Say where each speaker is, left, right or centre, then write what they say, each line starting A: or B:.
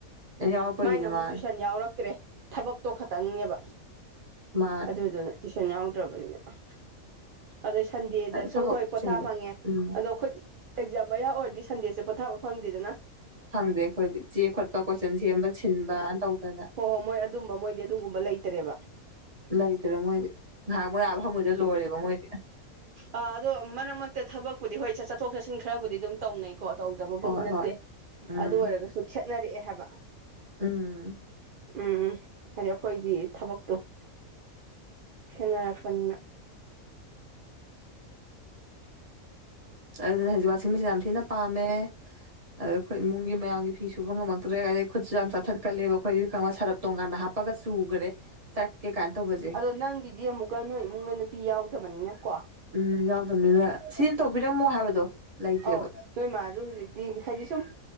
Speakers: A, on the right (about 25°); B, on the right (about 50°).
A: ꯌꯥꯎꯔꯛꯄꯒꯤꯅꯤ
B: ꯃꯥꯏꯅ ꯑꯃꯨꯛ
A: ꯃꯥꯅꯦ
B: ꯇꯨꯏꯁꯟ ꯌꯥꯎꯔꯛꯇ꯭ꯔꯦ ꯊꯕꯛꯇꯣ ꯈꯇꯪꯅꯦꯕ
A: ꯃꯥ
B: ꯑꯗꯨꯗꯨꯅ ꯇꯨꯏꯁꯟ ꯌꯥꯎꯗ꯭ꯔꯕꯅꯤꯅ ꯑꯗꯩ ꯁꯟꯗꯦꯗꯁꯨ
A: ꯊꯕꯛ
B: ꯍꯣꯏ ꯄꯣꯊꯥ
A: ꯆꯤꯟꯕ
B: ꯐꯪꯉꯦ
A: ꯎꯝ
B: ꯑꯗꯣꯣꯏ ꯑꯦꯛꯖꯥꯝ ꯃꯌꯥ ꯑꯣꯏꯔꯗꯤ ꯁꯟꯗꯦꯁꯦ ꯄꯣꯊꯥꯕ ꯐꯪꯗꯦꯗꯅ
A: ꯐꯪꯗꯦ ꯑꯩꯈꯣꯏꯗꯤ ꯆꯦ ꯈꯣꯠꯄ ꯀꯣꯏꯆꯟ ꯁꯦꯝꯕ ꯁꯤꯟꯕꯅ ꯇꯧꯗꯅ
B: ꯍꯣꯏ ꯍꯣ ꯃꯣꯏ ꯑꯗꯨꯝꯕ ꯃꯣꯏꯗꯤ ꯑꯗꯨꯒꯨꯝꯕ ꯂꯩ <unintelligible>
A: ꯂꯩꯇ꯭ꯔꯦ ꯃꯣꯏꯗꯤ ꯉꯥꯏꯍꯥꯛ ꯃꯣꯏ ꯑ ꯐꯃꯣꯏꯗ ꯂꯣꯏꯔꯦꯕ ꯃꯣꯏꯗꯤ
B: ꯑ ꯑꯗꯣ ꯃꯔꯛ ꯃꯔꯛꯇ ꯊꯕꯛꯄꯨꯗꯤ ꯍꯣꯏ ꯆꯠꯊꯣꯛ ꯆꯠꯁꯤꯟ ꯈꯔꯕꯨꯗꯤ ꯑꯗꯨꯝ ꯇꯧꯅꯩꯀꯣ ꯇꯧꯗꯕꯕꯨꯗꯤ
A: ꯍꯣꯏ
B: ꯅꯠꯇꯦ
A: ꯍꯣꯏ ꯎꯝ
B: ꯑꯗꯨ ꯑꯣꯏꯔꯒꯁꯨ ꯈꯦꯠꯅꯔꯛꯑꯦ ꯍꯥꯏꯕ
A: ꯎꯝ
B: ꯎꯝ ꯍꯥꯏꯗꯤ ꯑꯩꯈꯣꯏꯒꯤ ꯊꯕꯛꯇꯣ ꯈ ꯦꯅꯔꯛꯄꯅꯤꯅ
A: ꯑꯗꯨꯅꯦ ꯍꯧꯖꯤꯛ ꯋꯥꯥꯁꯤꯡ ꯃꯤꯆꯤꯟ ꯌꯥꯝ ꯊꯤꯅ ꯄꯥꯝꯃꯦ ꯑꯗ ꯑꯩꯈꯣꯏ ꯏꯃꯨꯡꯒꯤ ꯃꯌꯥꯝꯒꯤ ꯐꯤ ꯁꯨꯕ ꯉꯝꯃꯛꯇ꯭ꯔꯦ ꯑꯗꯒꯤꯩ ꯈꯨꯠꯁꯨ ꯌꯥꯝ ꯆꯥꯊꯠꯀꯜꯂꯦꯕ ꯑꯩꯈꯣꯏꯗꯤ ꯈꯪꯕ ꯁꯔꯞ ꯇꯣꯉꯥꯟꯅ ꯍꯥꯞ ꯄꯥꯒ ꯆꯨꯒꯔꯦ ꯇꯛꯀꯦ ꯀꯥꯟ ꯇꯣꯕꯁꯦ
B: ꯑꯗꯣ ꯅꯪꯒꯤꯗꯤ ꯑꯃꯨꯛꯀ ꯅꯣꯏ ꯏꯃꯨꯡꯅ ꯅꯨꯄꯤ ꯌꯥꯎꯗꯕꯅꯤꯅꯀꯣ
A: ꯎꯝ ꯌꯥꯎꯗꯕꯅꯤꯅ ꯁꯤꯃ ꯇꯧꯕꯤꯔꯝꯃꯣ ꯍꯥꯏꯕꯗꯣ ꯂꯩꯇꯦꯕ
B: ꯑꯧ ꯅꯣꯏ ꯃꯥꯁꯨ ꯍꯧꯖꯤꯛꯇꯤ ꯍꯥꯏꯗꯤ ꯁꯨꯝ